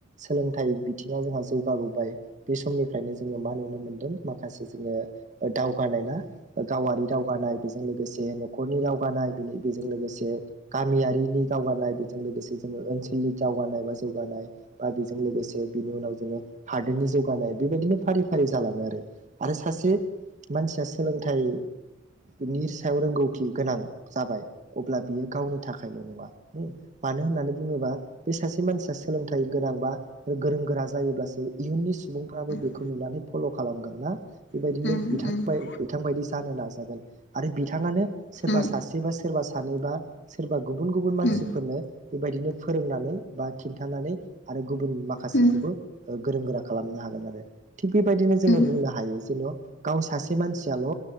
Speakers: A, on the right; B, on the left.
A: सोलोंथाइ बिथिङा जोंहा जौगाबो बाय बे समनि फ्राय जोङो मा नुनो मोनदों माखासे जोङो दावगानायना गावारि दावगानाय बेजों लोगोसे न'खरनि रावगानाय बेनि बेजों लोगोसे गामियारिनि दावगानाय बेजों लोगोसे जोङो ओनसोलनि दावगानाय बा जौगानाय बा बेजों लोगोसे बिनि उनाव जोङो हादोरनि जौगानाय बेबायदिनो फारि फारि जालाङो आरो। आरो सासे मानसिया सोलोंथाइनि सायाव रोंगौथि गोनां जाबाय अब्ला बियो गावनि थाखायल' नङा मानो होननानै बुङोबा बे सासे मानसिया सोलोंथाइ गोनांबा गोरों गोरा जायोब्लासो इयुननि सुबुंफ्राबो बेखौ
B: उम
A: नुनानै फल' खालामगोन ना। बेबायदिनो
B: उम
A: बिथांबाय बिथांबायदि जानो नाजागोन आरो बिथाङानो सोरबा
B: उम
A: सासे बा सोरबा सानैबा सोरबा गुबुन गुबुन मानसिफोरनो
B: उम उम
A: बेबायदिनो फोरोंनानै बा खिन्थानानै आरो गुबुन माखासेखौबो
B: उम
A: ओ गोरों गोरा खालामनो हाग गोन आरो थि बेबायदिनो जोङो
B: उम
A: बुंनो हायो जेन' गाव सासे मानसियाल'